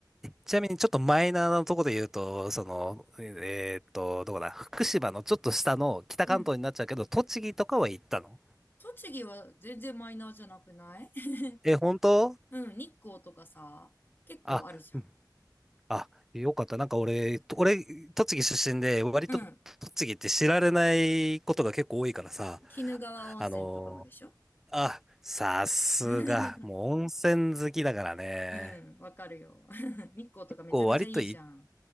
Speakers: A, in the centre; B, on the left.
A: ちなみにちょっとマイナーなところで言うと、その、えーっと、どこだ、福島のちょっと下の北関東になっちゃうけど、
B: うん。
A: 栃木とかは行ったの
B: 栃木は全然マイナーじゃなくない <laughs>
A: え、本当
B: うん、日光とかさ、結構あるじゃん。
A: あ、うんあ、よかった。なんか俺、俺、栃木出身で、割と栃木って知られないことが結構多いからさ、
B: うん。鬼怒川温泉とかもでしょ
A: あの、あ、さすが、
B: <laughs>
A: もう温泉好きだからね。
B: うん、わかるよ。<laughs> 日光とかめちゃめちゃいいじゃん。
A: こう割といい、